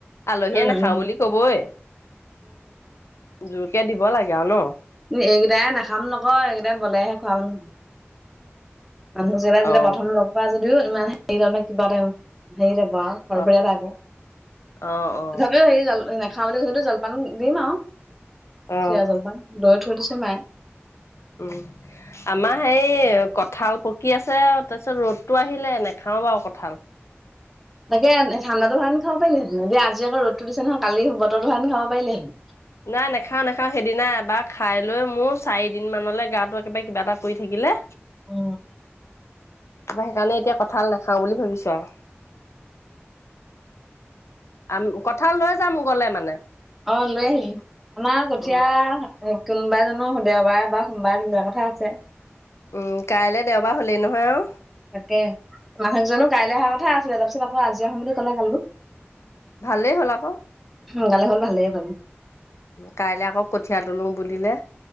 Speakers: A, on the left (about 80°); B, in the centre.
A: আলহীয়ে
B: উম
A: নাখাওঁ
B: উম
A: বুলি কবই জোৰকে দিব লাগে আৰু ন।
B: এইকেইটাই নাখাম নকয় এইকেইটাই বলেহে খোৱা মানুহ। মানুহ যেবা যেতিয়া
A: অ
B: প্ৰথম লগ পোৱা যদিও ইমান হেৰি কিবা এটা হেৰি যে আৰু ফৰ
A: অ
B: ফৰীয়া টাইপৰ তথাপিও
A: অ অ
B: হেৰি খা বুলি কৈছেতো জলপান দিম আও
A: অ
B: চিৰা জলপান দৈ থৈ দিছে মায়ে
A: উম আমাৰ হেই কঠাল পকি আছে তাৰপিছত ৰ'দটো আহিলে নাখাও বাও কঁঠাল।
B: তাকে ঠাণ্ডাটো সুৱা সেতিন খাব পাৰিলে হেতেন, আজি আক ৰ'দটো দিছে নহয় কালি বতৰটো হোৱা সেটিন খাব পাৰিলে হেতেন
A: নাই নাখাও-নাখাও সেইদিনা এবাৰ খাই লৈ মো চাৰিদিন মানলৈ গাটো একেবাৰে কিবা এটা কৰি থাকিলে।
B: অ
A: তাপা সেইকাৰণে এতিয়া কঁঠাল নাখাওঁ বুলি ভাবিছোঁ আও আম কঠাল লৈ যাম গলে মানে
B: অ' লৈ আহিলি আমাৰ কঠিয়া
A: উম
B: কোনোবাই জানো দেওবাৰে বা সোমবাৰে তুলা কথা আছে।
A: উউম কাইলে দেওবাৰ হ'লেই নহয় আও
B: তাকে মাহঁত জানো কাইলে অহা কথা আছিলে তাৰপিছত আকৌ আজি আহো বুলি ক'লে কালি
A: ভালেই হ'ল আক
B: সোনকালে হ'ল ভালে পালোঁ
A: কাইলে আকৌ কঠীয়া তোলোঁ বুলিলে।